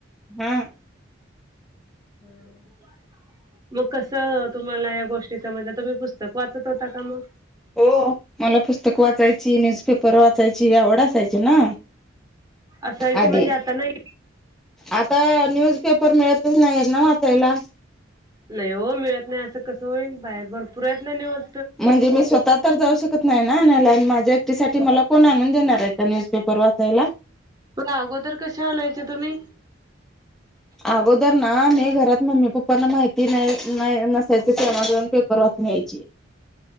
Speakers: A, in the centre; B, on the right.
A: हं
B: हम्म मग कसं तुम्हाला या गोष्टी समजल्या, तुम्ही पुस्तक वाचत होता का मग?
A: हो, मला पुस्तक वाचायची न्यूजपेपर वाचायची आवड असायची ना.
B: असायची
A: आधी
B: म्हणजे आता नाही?
A: आता न्यूज पेपर मिळतच नाहीत ना वाचायला.
B: नाही हो मिळत नाही असं कस होईल? बाहेर भर पुरेत ना निवज
A: म्हणजे मी स्वतः तर जाऊ शकत नाही ना आणायला आणि माझ्या एकटीसाठी मला कोण आणून देणार आहे का न्यूजपेपर वाचायला?
B: अगोदर कसे आणांयचे तुम्हीं
A: अगोदर नां मी घरांत मम्मी पप्पांना माहिती नाहीं नाहीं नसायचं तेव्हां करूंन परवर्तन घायची